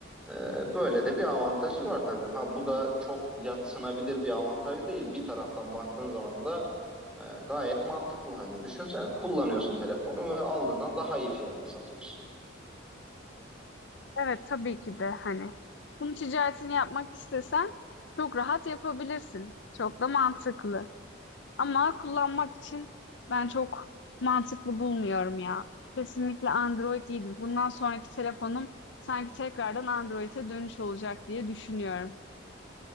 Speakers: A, in the centre; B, on the left.
A: Ee, Böyle de bir avantajı var tabii. Ha bu da çok yatsınabilir bir avantaj değil. Bir taraftan baktığın zaman da e, gayet mantıklı. Hani düşünsene kullanıyorsun telefonu ve aldığından daha iyi fiyata satıyorsun.
B: Evet tabii ki de hani bunun ticaretini yapmak istesen çok rahat yapabilirsin. Çok da mantıklı. Ama kullanmak için ben çok mantıklı bulmuyorum ya. Kesinlikle Android iyidir. Bundan sonraki telefonum sanki tekrardan Android'e dönüş olacak diye düşünüyorum.